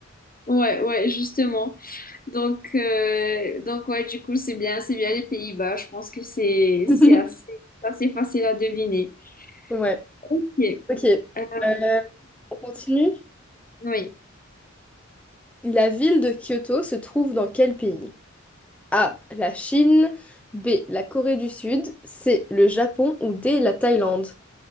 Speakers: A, on the left; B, in the centre.
A: Ouais, ouais, justement. Donc, euh, donc ouais, du coup, c'est bien, c'est bien les Pays-Bas. Je pense que c'est,
B: <laughs>
A: c'est assez, c'est assez facile à deviner.
B: Ouais.
A: Ok.
B: Ok.
A: Euh,
B: Euh, on continue.
A: oui.
B: La ville de Kyoto se trouve dans quel pays? A. La Chine. B. La Corée du Sud. C. Le Japon. Ou D. La Thaïlande.